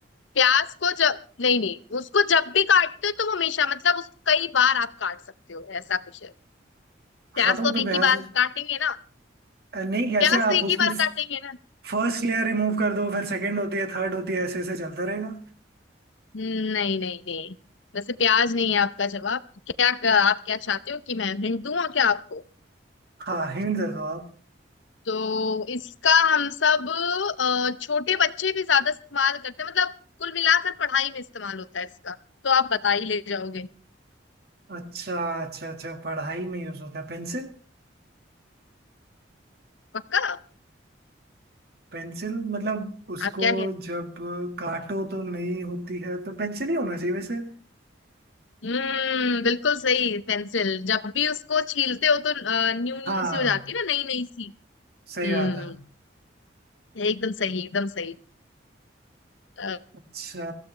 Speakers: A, on the left; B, on the right.
A: प्याज को जब नहीं नहीं उसको जब भी काटते हो तो वो हमेशा मतलब उसको कई बार आप काट सकते हो ऐसा कुछ है प्याज
B: हाँ तो
A: को
B: वो
A: अब
B: तो प्याज
A: एक ही बार काटेंगे ना
B: अ, नहीं कैसे
A: प्याज
B: आप
A: तो एक
B: उसकी
A: ही बार काटेंगे ना
B: फर्स्ट लेयर रिमूव कर दो फिर सेकंड होती है थर्ड होती है ऐसे ऐसे चलता रहेगा
A: हम्म, नहीं नहीं नहीं वैसे प्याज नहीं है आपका जवाब क्या आप क्या चाहते हो कि मैं हिंट दूं और क्या आपको
B: हाँ हिंट दे दो आप
A: तो इसका हम सब अ, छोटे बच्चे भी ज्यादा इस्तेमाल करते हैं मतलब कुल मिलाकर पढ़ाई में इस्तेमाल होता है इसका तो आप बता ही ले जाओगे
B: अच्छा अच्छा अच्छा पढ़ाई में यूज होता है पेंसिल
A: पक्का
B: पेंसिल मतलब उसको
A: आप क्या कहते
B: जब काटो तो नहीं होती है तो पेंसिल ही होना चाहिए वैसे
A: हम्म बिल्कुल सही पेंसिल जब भी उसको छीलते हो तो अ, न्यू न्यू
B: हाँ
A: सी हो जाती है ना नई नई सी
B: सही
A: हम्म
B: बात है
A: एकदम सही एकदम सही अ,
B: अच्छा